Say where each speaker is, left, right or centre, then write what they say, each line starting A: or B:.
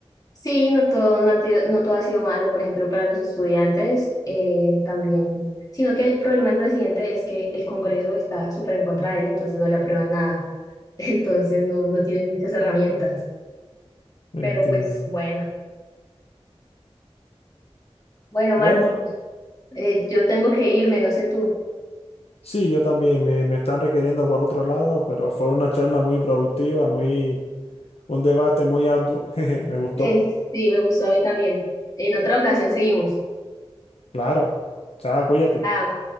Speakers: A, on the left (about 35°); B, on the left (about 70°).
A: Sí, no todo, no, ha te- no todo ha sido malo, por ejemplo, para los estudiantes eh, también, sino que el problema del presidente es que el Congreso está súper en contra de él, entonces no le aprueban nada, <laughs> entonces no, no tiene muchas herramientas,
B: Entiendo.
A: pero pues bueno, bueno, Marco,
B: Bueno,
A: eh, yo tengo que irme, no sé tú.
B: sí, yo también me, me están requiriendo por otro lado, pero fue una charla muy productiva, muy, un debate muy arduo. <laughs> Jeje, Me
A: <laughs>
B: gustó.
A: Sí, me gustó a mí también. En otra ocasión seguimos.
B: Claro. Chao, cuídate.
A: Chao.